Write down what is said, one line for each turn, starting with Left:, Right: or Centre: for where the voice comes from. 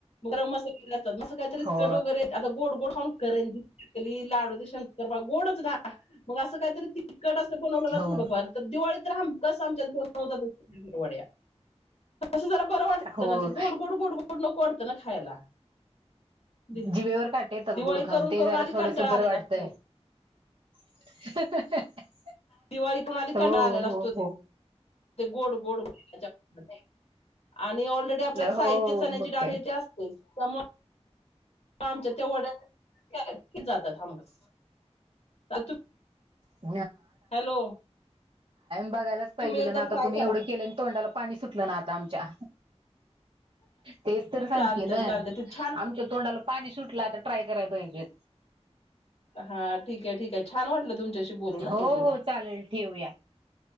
Left: गरम मसाला काहीतरी
Right: हो
Left: कट वगैरे आता गोड गोड खाऊन करंजी चकली लाडू ते शंकर तर बा गोडच ना मग असं काहीतरी तिखट असं बनवलं ना
Right: हो
Left: थोडं फार तर दिवाळी तर हमखास आमच्यात बनवतातच वड्या जरा बर वाटतं
Right: हो
Left: ना ते गोड गोड गोड गोड नको वाटतं ना खायला दि-
Right: जिवेवर काटे येतात
Left: दिवाळी
Right: गोड खाऊन
Left: करून
Right: ते
Left: करून
Right: जरा
Left: आधी
Right: थोडंस
Left: कंटाळा
Right: बरं
Left: आलेला
Right: वाटतंय
Left: असतो
Right: <unintelligible>
Left: दिवाळी पणआधी
Right: हो
Left: कंटाळा आलेला
Right: हो
Left: असतो.
Right: हो
Left: ते गोड गोड <unintelligible> आणि ऑलरेडी आपल्याला साहित्य
Right: हो
Left: चण्याची
Right: मग
Left: डाळ
Right: काय
Left: हे ते असतच त्यामुळे आमच्या त्या वड्या केल्या की जातात हमखास <unintelligible>
Right: <unintelligible>
Left: हॅलो
Right: बघायलाच पाहिजे
Left: तुम्ही एकदा
Right: ना आता
Left: ट्राय
Right: तुम्ही
Left: करा
Right: एवढं केलं तोंडाला पाणी सुटलं ना आता आमच्या तेच तर सांगते
Left: चालतंय
Right: ना
Left: चालतंय ते छान
Right: आमच्या तोंडाला पाणी सुटलं आता ट्राय करायला पाहिजे.
Left: हा ठीक आहे ठीक काय छान वाटलं तुमच्याशी बोलू ना
Right: हो
Left: थँक्यू
Right: हो चालेल ठेवूया